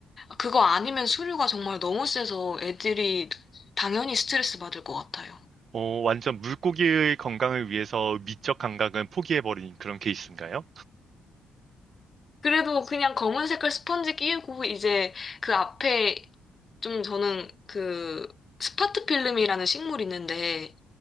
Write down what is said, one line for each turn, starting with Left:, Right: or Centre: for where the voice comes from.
Left: 그거 아니면 수류가 정말 너무 세서 애들이 당연히 스트레스 받을 것 같아요.
Right: 어, 완전 물고기의 건강을 위해서 미적 감각은 포기해버린 그런 케이스인가요?
Left: 그래도 그냥 검은 색깔 스펀지 끼우고 이제 그 앞에 좀 저는 그 스파트 필름이라는 식물이 있는데